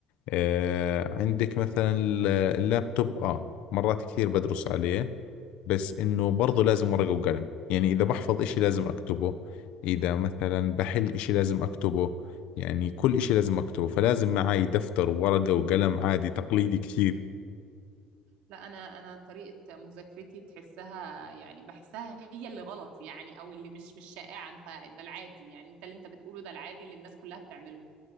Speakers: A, on the left (about 70°); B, on the right (about 80°).
A: آه عندك مثلا ال- اللابتوب آه مرات كثير بدرس عليه بس إنه برضه لازم ورقة وقلم يعني إذا بحفظ إشي لازم أكتبه إذا مثلا بحل إشي لازم أكتبه يعني كل إشي لازم أكتبه فلازم معي دفتر وورقة وقلم عادي تقليدي كثير
B: لا انا انا طريقه مذاكرتي تحسها يعني بحسها هي اللي غلط يعني او اللي مش مش شائعه انت ده العادي يعني انت اللي انت بتقوله ده العادي اللي الناس كلها بتعمله